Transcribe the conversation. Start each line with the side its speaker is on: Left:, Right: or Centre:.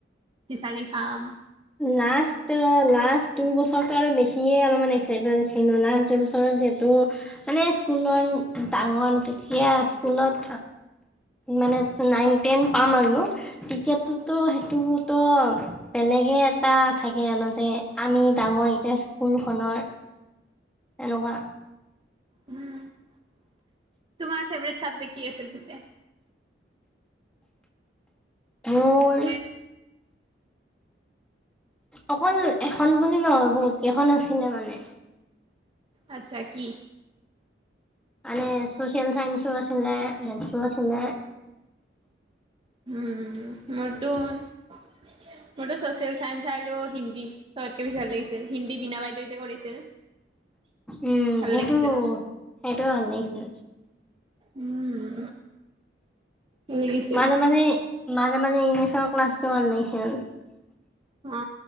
Right: বিচাৰি খাম <unintelligible>
Centre: লাষ্ট লাষ্ট দুই বছৰতৰতো আৰু বেছিয়ে অলপমান এক্সাইটেড আছিলো লাষ্ট দুইবছৰত যিহেতু। মানে স্কুলৰ ডাঙৰ যেতিয়া স্কুলত মানে। নাইন টেন পাম আৰু ক্ৰিকেটটোততো সেইটোতো বেলেগে। এটা থাকে আনো যে আমি ডাঙৰ এতিয়া স্কুল খনৰ। হলুৱা
Right: তোমাৰ ফেভট চাবজেক্ট কি আছিল পিছে
Centre: মোৰ
Right: এক।
Centre: অকল এখন বুলি নহয় বহুত কেইখন আছিলে মানে।
Right: আচ্ছা কি
Centre: আনে <unintelligible> সোচিয়েল সাইনচ বাছিল মোনছ বাছিল।
Right: উম মদু <unintelligible> মোৰতো ছচিয়েল চাইন্স আৰু হিন্দী চবতকে বেছি ভাল লাগিছিল হিন্দী বিনা বাইদেউ যে কৰিছিল। <unintelligible>
Centre: উম
Right: ভাল
Centre: সেইটো
Right: লাগিছিল
Centre: সেইটোয়ে ভাল লাগিছিল।
Right: উম ভাল লাগিছিল
Centre: মাজে মাজে মাজে মাজে ইংলিছৰ ক্লাছটো ওলাই <unintelligible> লাগিছিল। <unintelligible>
Right: অ